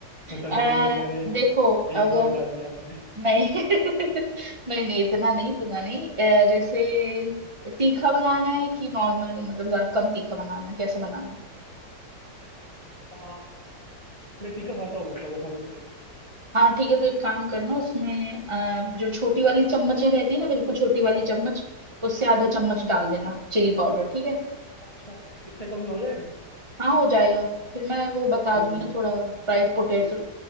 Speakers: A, on the left (about 20°); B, on the right (about 25°).
A: पता
B: अ,
A: चले मैं तेरे
B: देखो
A: एक
B: अगर
A: पाव डाल दिया मैंने
B: नहीं <laughs> नहीं नहीं इतना नहीं इतना नहीं अ, जैसे तीखा बनाना है कि नॉर्मल मतलब ज्यादा कम तीखा बनाना है कैसे बनाना है
A: <laughs> आ, मैं तीखा खाता हूँ मतलब ऐसा कुछ नहीं
B: हाँ ठीक है तो एक काम करना उसमें अ, जो छोटी वाली चम्मचें रहती है ना बिल्कुल छोटी वाली चम्मच उससे आधा चम्मच डाल देना चिली पाउडर ठीक है
A: अच्छा इतने कम में हो जाएगा
B: हाँ हो जाएगा फिर मैं वो बता
A: ठीक
B: दूंगी ना
A: है
B: थोड़ा फ्राइड पोटेटो
A: ठीक है